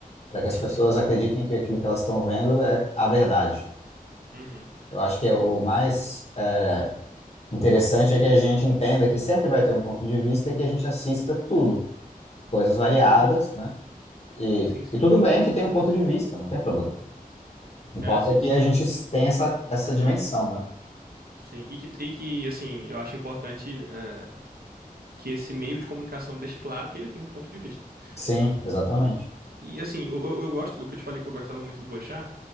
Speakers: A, on the left; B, on the right.
A: para que as
B: Uhum,
A: pessoas acreditem que aquilo que elas estão vendo é a verdade.
B: uhum,
A: Eu acho que é o mais é, interessante é que a gente entenda que sempre vai ter um ponto de vista e que a gente assista tudo, coisas variadas,
B: uhum.
A: né? E,
B: Sim, sim,
A: e tudo
B: sim.
A: bem que tem um ponto de vista, não tem problema. Importa
B: É, sim,
A: é que
B: sim.
A: a gente tenha essa, essa dimensão, né?
B: Sim, e que, e que assim, eu acho importante é, que esse meio de comunicação deixe claro que ele tem um ponto de vista.
A: Sim, exatamente.
B: E, e assim, eu, eu eu gosto, o que eu te falei que eu gostava muito do Boechat,